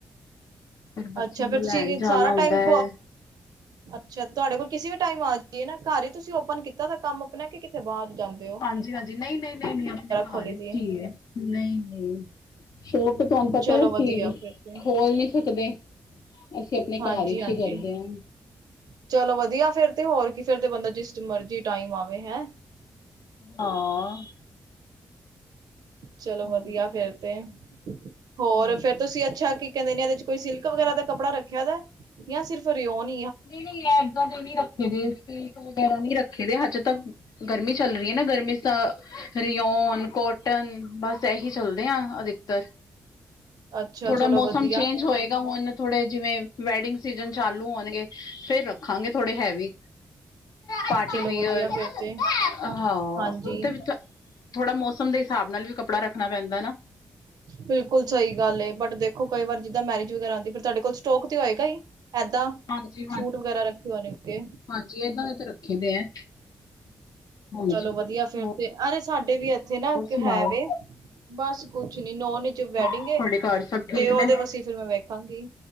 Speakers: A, on the left (about 70°); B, on the right (about 75°).
A: ਫਿਰ ਬੱਚਿਆਂ
B: ਅੱਛਾ ਫਿਰ
A: ਨੂੰ
B: ਤੁਸੀਂ
A: ਲੈਣ ਜਾਣਾ
B: ਸਾਰਾ
A: ਹੁੰਦਾ
B: ਟਾਈਮ
A: ਹੈ।
B: ਅੱਛਾ ਤੁਹਾਡੇ ਕੋਲ ਕਿਸੇ ਵੀ ਟਾਈਮ ਆ ਜਾਈਏ, ਨਾ ਘਰ ਹੀ ਤੁਸੀਂ ਓਪਨ ਕੀਤਾ ਤਾਂ ਕੰਮ ਆਪਣਾ ਕਿੱਥੇ ਬਾਹਰ ਜਾਗੇ।
A: ਹਾਂਜੀ-ਹਾਂਜੀ, ਨਹੀਂ-ਨਹੀਂ-ਨਹੀਂ-ਨਹੀਂ, ਆਪਣੇ ਘਰ
B: ਖੋਲੀ
A: ਹੀ
B: ਦੀ
A: ਚੀਜ਼ ਹੈ ਨਹੀਂ ਨਹੀਂ, ਸ਼ੋਕ ਤੇ ਤੁਹਾਨੂੰ ਪਤਾ
B: ਚਲੋ
A: ਅਸੀਂ
B: ਵਧੀਆ ਫਿਰ ਤੇ
A: ਖੋਲ ਨਹੀਂ ਸਕਦੇ। ਅਸੀਂ ਆਪਣੇ ਘਰ
B: ਹਾਂਜੀ
A: ਵਿਚ
B: ਹਾਂਜੀ
A: ਹੀ ਕਰਦੇ ਹਾਂ।
B: ਚਲੋ ਵਧੀਆ ਫੇਰ ਤੇ ਹੋਰ ਕੀ ਫਿਰ ਤੇ ਬੰਦਾ ਜਿਸ ਮਰਜੀ ਟਾਈਮ ਆਵੇ ਹੈਂ।
A: ਹਾਂ,
B: ਚਲੋ
A: ਹੋਰ
B: ਵਧੀਆ, ਫੇਰ ਤੇ ਹੋਰ
A: ਹਾਂਜੀ
B: ਫੇਰ ਤੁਸੀਂ ਅੱਛਾ ਕਹਿੰਦੇ ਨੇ ਇਹਦੇ ਚ ਕੋਈ ਸਿਲਕ ਵਗੈਰਾ ਦਾ ਕੱਪੜਾ ਰੱਖਿਆ ਦਾ ਜਾਂ ਸਿਰਫ ਰਿਓ ਨ
A: ਨਹੀਂ-ਨਹੀਂ, ਇੱਦਾਂ ਦੇ ਨਹੀਂ ਰੱਖੇ ਦੇ ਅ ਵਗੈਰਾ ਨਹੀਂ ਰੱਖੇ ਦੇ ਹੱਜ ਤੱਕ ਗਰਮੀ ਚੱਲ ਰਹੀ ਹੈ, ਨਾ ਗਰਮੀ ਤਾਂ ਰਿਓਨ ਕੋਟ ਟਨ ਬਸ ਇਹੀ ਚੱਲਦੇ ਆ ਅਧਿਕਤਰ
B: ਅੱਛਾ
A: ਥੋੜਾ
B: ਚਲੋ
A: ਮੌਸਮ
B: ਵਧੀਆ
A: ਚੇਂਜ ਹੋਏਗਾ ਹੁਣ ਥੋੜੇ ਜਿਵੇਂ ਵੈਡਿੰਗ ਸੀਜਨ ਚਾਲੂ ਹੋਣਗੇ। ਫੇਰ ਰੱਖਾਂਗੇ ਥੋੜੇ ਹੈਵੀ ਪਾਰਟੀਵੀਅਰ
B: ਚਲੋ ਵਧੀਆ ਫਿਰ ਤੇ
A: ਹਾਂ
B: ਹਾਂਜੀ
A: ਤੇ ਵੀ ਤਾ ਥੋੜਾ ਮੌਸਮ ਦੇ ਹਿਸਾਬ ਨਾਲ ਵੀ ਕੱਪੜਾ ਰੱਖਣਾ ਪੈਂਦਾ ਨਾ।
B: ਬਿਲਕੁਲ ਸਹੀ ਗੱਲ ਏ ਬਟ ਦੇਖੋ ਕਈ ਵਾਰ ਜਿੱਦਾਂ ਮੈਰਿਜ ਵਗੈਰਾ ਆਉਂਦੀ ਫਿਰ ਤੁਹਾਡੇ ਕੋਲ ਸਟੋਕ ਤੇ ਹੋਏਗਾ ਹੀ ਏਦਾਂ
A: ਹਾਂਜੀ
B: ਸੂਟ ਵਗੈਰਾ ਰੱਖੇ ਹੋ ਨੇਗੇ
A: ਜੇ ਇਹਨਾਂ ਤੇ ਰੱਖੇ ਦੇ ਹੈ। ਹਾਂਜੀ
B: ਚਲੋ ਵਧੀਆ ਫਿਰ
A: ਹੋਰ
B: ਤੇ ਅਰੇ ਸਾਡੇ ਵੀ ਇੱਥੇ ਨਾ ਇੱਕ
A: ਸੁਣਾਓ
B: ਹੈ ਵੇ ਬਸ ਕੁਛ ਨੀ ਨੋ ਨੀ ਚ ਵੈਡਿੰਗ
A: ਤੁਹਾਡੇ ਘਰ ਸਭ ਠੀਕ
B: ਤੇ ਉਹਦੇ
A: ਨੇ
B: ਵਸੀ ਫਿਰ ਮੈਂ ਵੇਖਾਂਗੀ